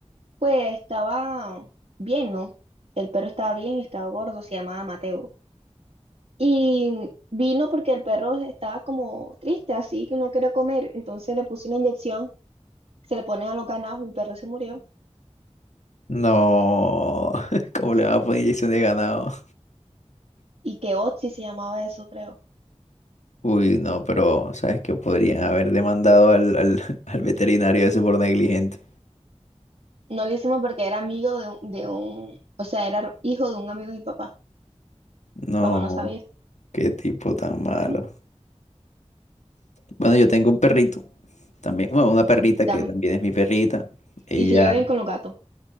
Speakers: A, on the right; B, on the left.
A: pues estaba bien, ¿no? El perro estaba bien, y estaba gordo, se llamaba Mateo. Y vino porque el perro estaba como triste, así que no quería comer, entonces le puse una inyección, se le ponen a los ganados, mi perro se murió.
B: No, <laughs> ¿cómo le van a poner inyección de ganado?
A: Y que Otzi se llamaba eso, creo.
B: Uy, no, pero ¿sabes que Podrían haber demandado al, al, <laughs> al veterinario ese por negligente.
A: No lo hicimos porque era amigo de un, de un, o sea, era hijo de un amigo de mi papá.
B: No,
A: Mi papá no sabía.
B: qué tipo tan malo.
A: Bueno,
B: Bueno, yo tengo un perrito también, bueno, una perrita
A: dame.
B: que también es mi perrita. Ella
A: Y si lleva bien con los gatos,